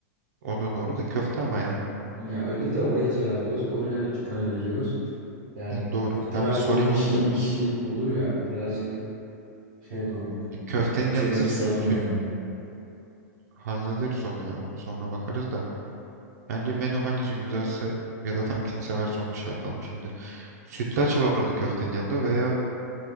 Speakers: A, on the right (about 75°); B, on the right (about 35°).
A: o da doğru da köfte ama ya.
B: Ya öyle de orayı kiralıyoruz. Oraya para veriyoruz. Yani
A: Yani doğru.
B: muhtemel
A: Ben bir sorayım
B: bir 15-20
A: onu da.
B: kişi olur ya. Birazcık şey yapalım.
A: Bir Köftenin
B: Bütçemizi
A: yanında
B: kısalım
A: süt
B: yani.
A: Hallederiz onu ya. Onu sonra bakarız da. Bence menü hangisi güzelse ya da hangisini severse onu şey yapalım şimdi. Sütlaç vardı köftenin yanında veya